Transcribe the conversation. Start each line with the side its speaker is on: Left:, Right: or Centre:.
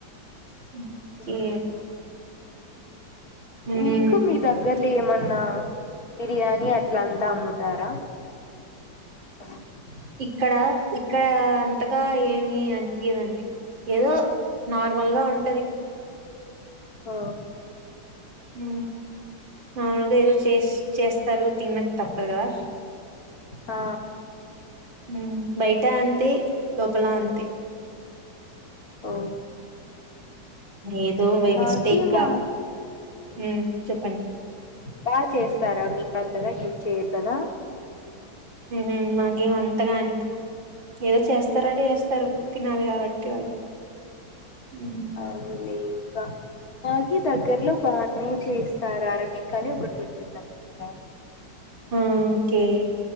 Right: ఓకే
Left: ఊ
Right: ఓకే
Left: మీకు మీ దగ్గర ఇట్ల ఏమన్నా బిర్యానీ అట్ల అంతా అమ్ముతారా <unintelligible>
Right: ఇక్కడ ఇక్కడ అంతగా ఏమి అనిపియదండి ఏదో నార్మల్గా ఉంటది
Left: ఓ
Right: ఊ మమ్ములు గా ఏదో చేస్ చేస్తారు తినక తప్పదు కదా
Left: ఆ
Right: ఊ బయట అంతే లోపల అంతే
Left: ఓ
Right: ఏదో బై
Left: మాకి
Right: మిస్టేక్గా
Left: మా
Right: ఉ చెప్పండి
Left: బా చేస్తారా మీకంతగా ఏం చేయరు కదా
Right: ఊహు మాకేం అంతగా అనిపియ్ ఏదో చేస్తారంటే చేస్తారు తినాలి కాబట్టి వాళ్ళు హ్మ్.
Left: అగులే ఇంకా మాకీ దగ్గర్లో బానే చేస్తారు అరబిక్ అని ఒకటి ఉంటుందన్నమాట
Right: ఆ ఓకే